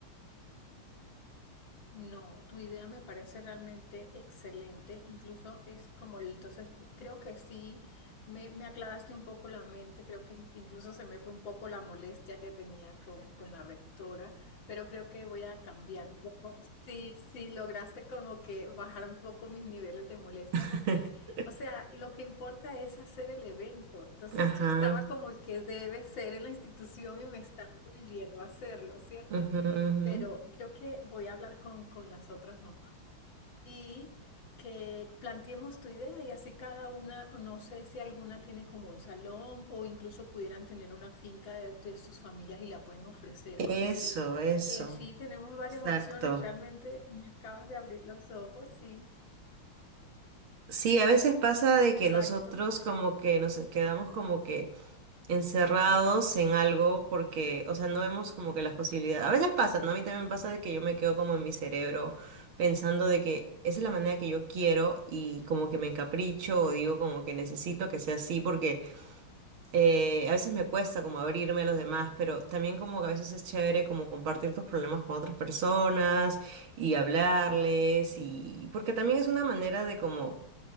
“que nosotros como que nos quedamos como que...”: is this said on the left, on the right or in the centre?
Right